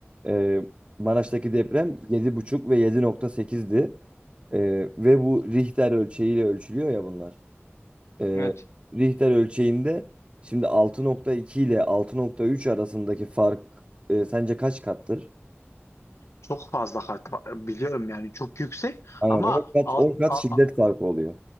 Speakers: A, on the right; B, on the left.
A: e, Maraş'taki deprem yedi buçuk ve 7.8'di. E, ve bu Richter ölçeğiyle ölçülüyor ya bunlar. e,
B: Evet.
A: Richter ölçeğinde şimdi 6.2 ile 6.3 arasındaki fark e, sence kaç kattır?
B: Çok fazla fark var. Biliyorum yani. Çok yüksek
A: Aynen
B: ama
A: 10 kat
B: alt,
A: on kat
B: a-
A: şiddet
B: a-
A: farkı oluyor.